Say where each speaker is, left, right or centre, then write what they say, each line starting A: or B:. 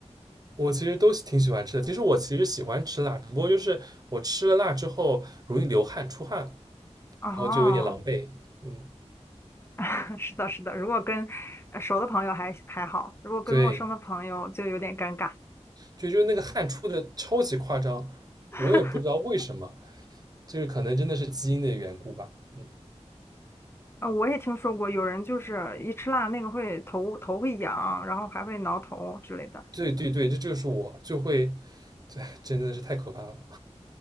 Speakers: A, on the right (about 35°); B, on the left (about 20°).
A: 我其实都挺喜欢吃的。其实我其实喜欢吃辣，只不过就是我吃了辣之后容易流汗出汗，
B: 哦，
A: 然后就有点狼狈。嗯，
B: <laughs> 是的，是的，如果跟呃熟的朋友还还好，如果跟陌生的朋友就有点尴尬。
A: 对，就就是那个汗出的超级夸张，
B: <laughs>
A: 我也不知道为什么，就是可能真的是基因的缘故吧。嗯，
B: 啊，我也听说过有人就是一吃辣那个会头头会痒，然后还会挠头之类的。
A: 对对对，这就是我就会真的是太可怕了。